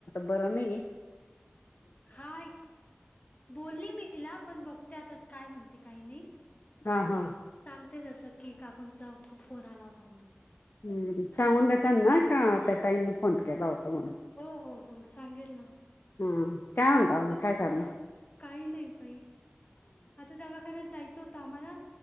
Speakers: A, on the left; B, on the left.
A: बर नाही
B: हा बोलली मी तिला पण बघते आता काय म्हणत? ते काही नाही
A: हा हा
B: सांगते तसं की काकूंचा फोन आला होता म्हणून.
A: हम् सांगून देताना का त्या ताईनी फोन केला होता. म्हण
B: हो हो हो सांगेल ना
A: हा, काय म्हणता?
B: बघ
A: काय चाल
B: काही नाही पाई आता दवाखान्यात जायचं आम्हाला